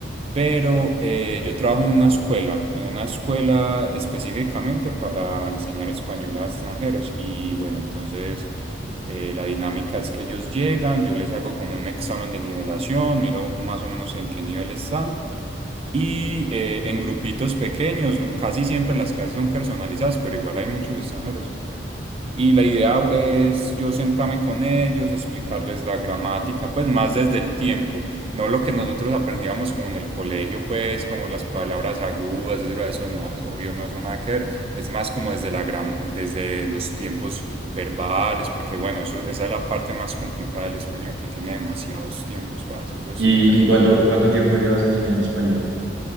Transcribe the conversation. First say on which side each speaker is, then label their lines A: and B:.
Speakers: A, on the right; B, on the right.
A: pero eh, yo trabajo en una escuela, en una escuela específicamente para enseñar español a extranjeros y bueno, entonces eh, la dinámica es que ellos llegan, yo les hago como un examen de nivelación, miro más o menos en qué nivel están y eh, en grupitos pequeños, casi siempre las clases son personalizadas, pero igual hay muchos extranjeros. Y la idea es yo sentarme con ellos, explicarles la gramática, pues más desde el tiempo, no lo que nosotros aprendíamos como en el colegio, pues como las palabras agudas, etcétera, eso no es obvio, no es nada que ver, es más como desde la grama- desde los tiempos verbales, porque bueno, eso, esa es la parte más complicada del español, que tiene demasiados tiempos falsos, eso es
B: ¿Y,
A: increíble.
B: y cuánto, cuánto tiempo llevas enseñando español?